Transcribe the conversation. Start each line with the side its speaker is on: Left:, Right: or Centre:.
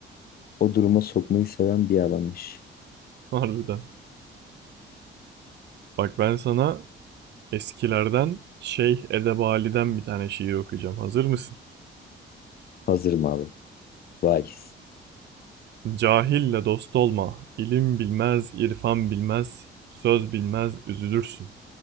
Left: o duruma sokmayı seven bir adammış.
Right: <laughs> Harbiden. Bak ben sana Eskilerden Şeyh Edebali'den bir tane şiir okuyacağım. Hazır mısın?
Left: Hazırım abi. Vay.
Right: Cahille dost olma, ilim bilmez, irfan bilmez, söz bilmez, üzülürsün.